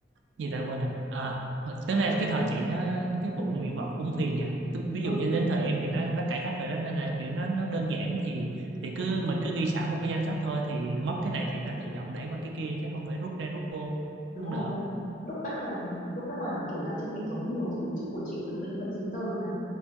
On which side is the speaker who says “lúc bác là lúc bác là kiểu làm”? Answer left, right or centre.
Left